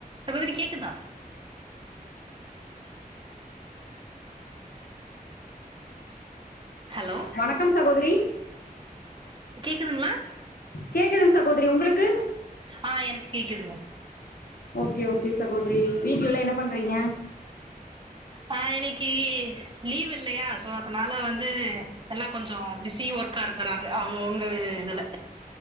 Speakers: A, on the right; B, on the left.
A: சகோதரி கேக்குதா ஹலோ
B: வணக்கம் சகோதரி
A: கேக்குதுங்ளா
B: கேக்குதுங் சகோதரி உங்களுக்கு
A: ஆ எனக்கு கேக்குதுங்க
B: ஓகே ஓகே சகோதரி வீட்லெல்லா என்ன பண்றீங்க
A: ஆ இன்னக்கி லீவ் இல்லயா சோ அதனால வந்து இப்பல்லா கொஞ்சோ பிஸி ஒர்க்கா இருக் இருக்குறாங்க அவுங்கவுங்க இதுல